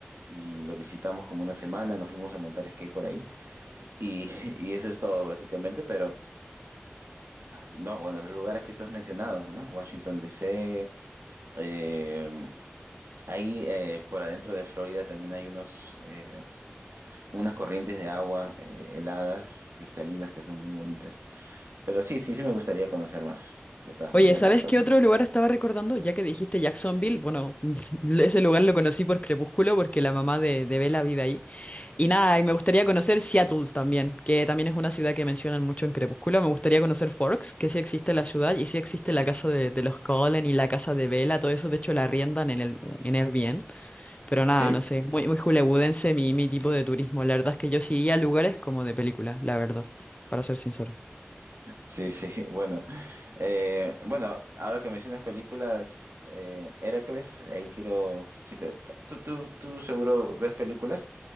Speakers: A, on the right; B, on the left.
A: y lo visitamos como una semana, nos fuimos a montar skate por ahí y, <laughs> y eso es todo básicamente, pero no, bueno, los lugares que tú has mencionado, ¿no? Washington D.C., eh, ahí eh, por adentro de Florida también hay unos... eh, como unas corrientes de agua eh, heladas, cristalinas, que son muy bonitas. Pero sí, sí, sí me gustaría conocer más, de todas
B: Oye,
A: maneras,
B: ¿sabes
A: de Estados
B: qué otro
A: Unidos.
B: lugar estaba recordando? Ya que dijiste Jacksonville, bueno, <laughs> ese lugar lo conocí por Crepúsculo porque la mamá de, de Bella vive ahí. Y nada, y me gustaría conocer Seattle también, que también es una ciudad que mencionan mucho en Crepúsculo. Me gustaría conocer Forks, que sí existe la ciudad y sí existe la casa de, de los Cullen y la casa de Bella, todo eso de hecho la arriendan en el en Airbnb. Pero nada,
A: ¿Sí?
B: no sé, muy, muy hollywoodense mi, mi tipo de turismo. La verdad es que yo sí iría a lugares como de película, la verdad, para ser sincero.
A: Sí, sí, <laughs> bueno. Eh, bueno, ahora que mencionas películas, eh, Heracles, ahí quiero, si te- tú, tú, tú seguro ves películas,